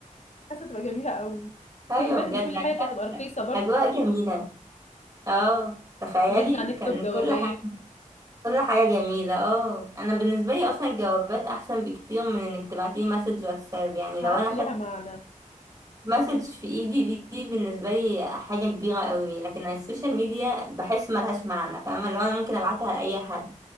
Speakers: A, on the left; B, on the right.
A: حاسه تبقى جميله قوي
B: ايوه
A: خدي بالك
B: بجد
A: ان كل حاجه كانت تبقى رخيصه برضه
B: أجواء جميلة اه تخيلي
A: ونرجع نكتب
B: كان
A: جوابات
B: كل حاجة كل حاجة جميلة اه انا بالنسبة لي اصلا الجوابات احسن بكتير من انك تبعتيلي مسج واتساب يعني
A: ما
B: لو
A: عادش
B: انا
A: ليها
B: خدت
A: معنى
B: مسج في ايدي دي, دي بالنسبة لي حاجة كبيرة قوي لكن على السوشيال ميديا بحس ملهاش معنى فاهمة لو انا ممكن ابعتها لأي حد